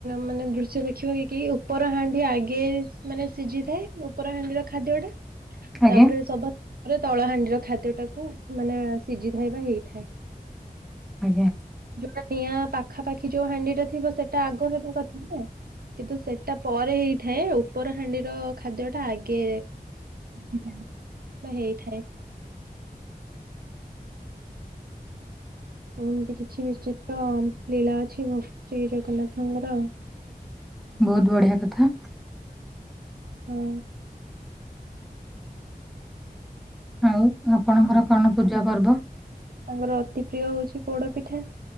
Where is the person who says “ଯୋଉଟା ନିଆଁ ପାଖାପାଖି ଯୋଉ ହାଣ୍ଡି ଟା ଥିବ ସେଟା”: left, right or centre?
Right